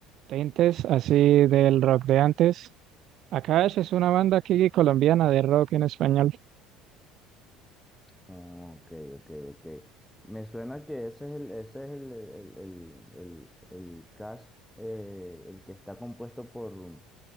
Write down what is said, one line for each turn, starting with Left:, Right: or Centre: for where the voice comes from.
Right: tintes así del rock de antes. Akash es una banda aquí colombiana de rock en español.
Centre: Oh, Ok, ok, ok. Me suena que ese es el, ese es el, el, el, el, el- el cash, eh, el que está compuesto por,